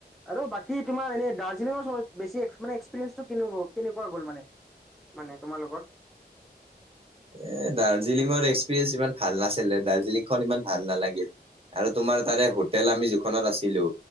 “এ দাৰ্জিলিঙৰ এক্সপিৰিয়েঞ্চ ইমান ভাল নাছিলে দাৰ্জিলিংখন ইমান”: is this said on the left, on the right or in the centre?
Right